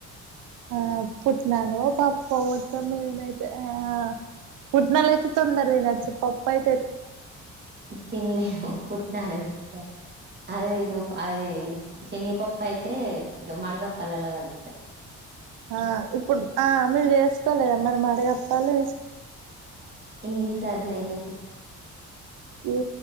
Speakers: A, on the right (about 85°); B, on the right (about 35°).
A: ఆ పుట్నాలు పాప్ప మొత్తం మీదనైతే ఆ పుట్నాలు అయితే తొందరగా తినొచ్చు పప్ప అయితే ఎట్లా తింటారు అతే.
B: తినలే పుట్ నా లేదు అది ఇగొఅది శనిగపప్ప అయితే గమ్మాడిగప్పలలా కలుపుతారుగా
A: ఆం ఆ మీరు చేసుకోలేదా మరి మడుగప్పలు ఈసారి
B: ఇంగ్లీ సార్ చేయలే సిస్టర్
A: ఈ